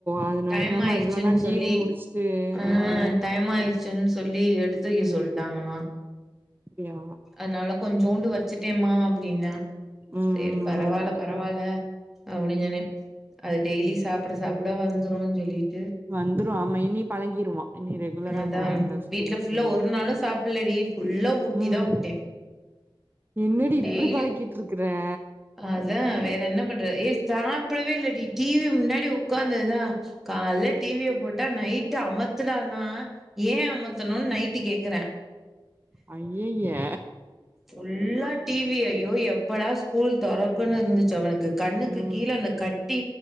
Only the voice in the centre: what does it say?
டைம்
ஆயிருச்சுன்னு
சொல்லி
ஆ
டைம் ஆயிர்ச்சின் சொல்லி எடுத்து வெக்க சொல்ட்டாங்களா
அதுனால கொஞ்சோண்டு வச்சுட்டேம்மா அப்டின்னா
சேரி
பரவால்ல
பரவால்ல அப்டின் சொன்ன அது டெய்லி
சாப்ட சாப்ட வந்துருன் சொல்லீட்டு
அதா
வீட்ல ஃபுல்லா ஒரு நாளு சாப்லடி ஃபுல்லா ஊட்டி
தா உட்டே
டெய்லி
அதா வேற என்ன பண்றது ஏய் சாப்பிடவே இல்லடி டி வி முன்னாடி உக்காந்தது தா கால்ல டி வி ய போட்டா நைட்டு அமத்துடானா ஏ அமத்தணுன் நைட்டு கேக்கறா
ஃபுல்லா டி வி ஐயோ எப்படா ஸ்கூல் தொறக்குன் இருந்துச்சு அவனுக்கு கண்ணுக்கு
கீழ அந்த கட்டி